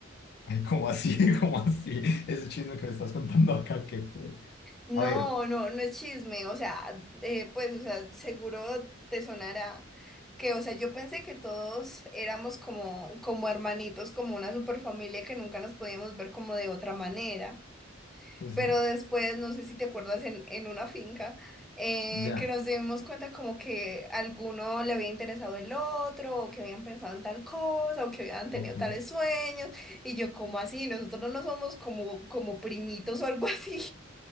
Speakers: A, on the left; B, in the centre.
A: Ay, ¿cómo así? <laughs> ¿Cómo así? Ese chisme que me estás contando acá, que
B: No,
A: A ver,
B: no, no es chisme, o sea, eh, pues, o sea, seguro te sonará que, o sea, yo pensé que todos éramos como, como hermanitos, como una superfamilia que nunca nos podíamos ver como de otra manera.
A: sí, sí,
B: Pero después, no sé si te acuerdas, en, en una finca, eh,
A: ya,
B: que nos dimos cuenta como que alguno le había interesado el otro, o que habían pensado en tal cosa, o que habían tenido
A: Ok.
B: tales sueños, y yo, como así? Nosotros no somos como, como primitos o algo <laughs> así.